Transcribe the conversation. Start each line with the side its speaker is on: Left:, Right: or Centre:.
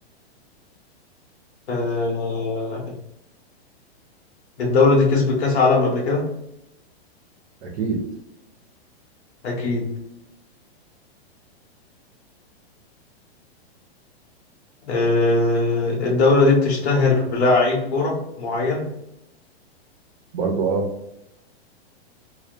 Left: آه... الدولة دي كسبت كأس عالم قبل كده
Right: اكيد
Left: أكيد آه... الدولة دي بتشتهر بلاعيب كورة معين
Right: برضو اه